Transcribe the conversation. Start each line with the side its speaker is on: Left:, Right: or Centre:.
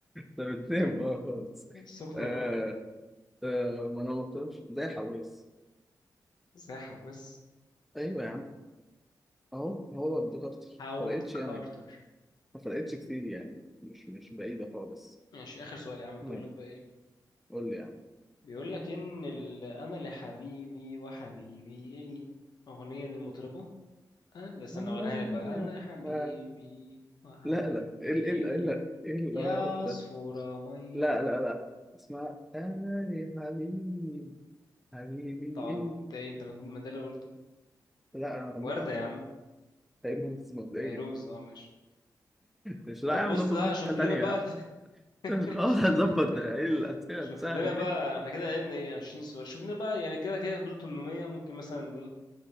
Centre: طب بتنام أه خالص
Left: سكن
Centre: آه
Left: الرعب
Centre: آه ما أنا مختارش زي حواس
Left: زي حواس
Centre: أيوه يا عم أهو هو افتكرت
Left: هاورد
Centre: فرقتش
Left: كارتر
Centre: أنا ما فرقتش كتير يعني مش مش بعيدة خالص
Left: ماشي آخر سؤال يا عم
Centre: تمام
Left: بيقول لك بقى إيه
Centre: قول لي يا عم
Left: بيقول لك ان ال- انا لحبيبي وحبيبي الي اغنيه للمطربه أه ده استنى
Centre: لا لا
Left: اغنيها لك بقى انا لحبيبي
Centre: لا
Left: وحبيبي
Centre: لا لا لا ايه ال- ايه ال-
Left: الي
Centre: ايه ال- ايه اللي
Left: يا
Centre: رحت
Left: عصفورة مي
Centre: لا لا لا اسمع أمل حبيبي حبيبي
Left: طب
Centre: إيه
Left: انت ايه انت مجنون من ده اللي قلته
Centre: لا أنا غنيت
Left: ورده
Centre: أحلى
Left: يا عم
Centre: تقريبا بس مبدئيا
Left: فيروز اه ماشي
Centre: مش لا
Left: طب
Centre: يا عم
Left: بص
Centre: ظبط
Left: لا
Centre: واحدة
Left: شوف
Centre: تانية
Left: لنا بقى
Centre: يا عم
Left: <laughs>
Centre: مش قادر هتظبط إيه الأسئلة
Left: شوف
Centre: السهلة
Left: لنا بقى
Centre: دي
Left: احنا كده لعبنا ايه 20 سؤال شوف لنا بقى يعني كده كده دول 800 ممكن مثلا ايه